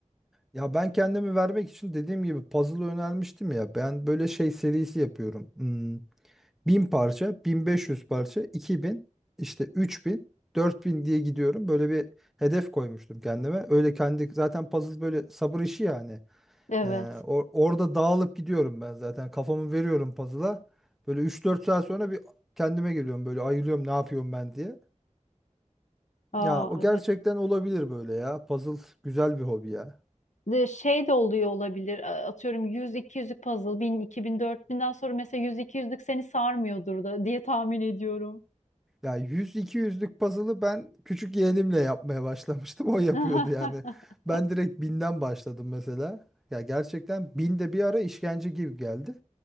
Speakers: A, in the centre; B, on the left (about 70°).
A: Ya ben kendimi vermek için dediğim gibi puzzle önermiştim ya. Ben böyle şey serisi yapıyorum. Hmm. bin parça, 1500 parça, 2000, işte üç bin, dört bin diye gidiyorum. Böyle bir hedef koymuştum kendime. Öyle kendi zaten puzzle böyle sabır işi yani.
B: Evet.
A: Ee, or- orada dağılıp gidiyorum ben zaten. Kafamı veriyorum puzzle'a. Böyle üç dört saat sonra bir kendime geliyorum böyle ayılıyorum ne yapıyorum ben diye.
B: Aa,
A: Ya o
B: evet.
A: gerçekten olabilir böyle ya. Puzzle güzel bir hobi ya.
B: De şey de oluyor olabilir. A- Atıyorum yüz iki 200lük puzzle bin iki bin dört binden sonra mesela yüz iki 200lük seni sarmıyordur da diye tahmin ediyorum.
A: Ya 100-200'lük puzzle'ı ben küçük yeğenimle yapmaya başlamıştım. <laughs> O yapıyordu
B: <laughs>
A: yani. Ben direkt binden başladım mesela. Ya gerçekten 1000 de bir ara işkence gibi geldi.